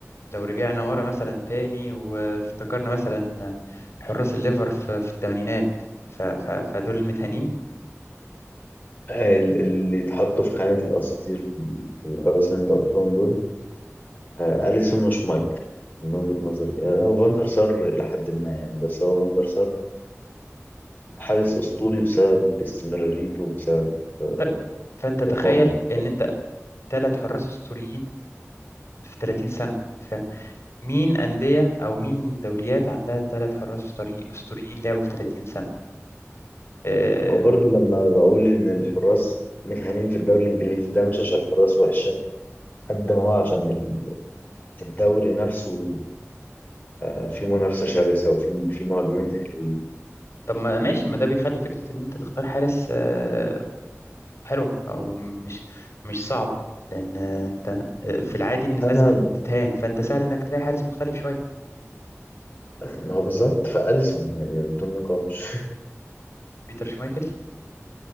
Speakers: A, on the left; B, on the left.
A: لو رجعنا ورا مثلا تاني وافتكرنا مثلا حراس الليفر في, في الثمانينات ف- ف- فدول المتهانين
B: ال- اللي اتحطوا في خانة الأساطير في الحراس اللي أنت قلتهم دول آه، أليسون وشمايكل من وجهة نظري آه، فاندر سار إلى حد ما يعني بس هو فاندر سار حارس أسطوري بسبب استمراريته وبسبب آه،
A: طب فأنت تخيل
B: إقامه
A: إن أنت ثلاث حراس أسطوريين في 30 سنة مين أندية أو مين دوريات عندها ثلاث حراس أسطوري- أسطوريين لعبوا في 30 سنة آه،
B: وبرضه لما بقول إن الحراس متهانين في الدوري الإنجليزي ده مش عشان الحراس وحشة قد ما هو عشان ال- الدوري نفسه آه، فيه منافسة شرسة وفيه فيه مهاجمين حلوين
A: طب ما ماشي ما ده بيخلي فكرة إن أنت تختار حارس آه، حلوة أو مش مش صعبة لأن آه، أنت آه، في العادي إن الناس
B: أنا
A: بتتهان فأنت سهل إنك تلاقي حارس مختلف شوية
B: ما هو بالظبط فأليسون يعني بدون نقاش
A: بيتر شمايكل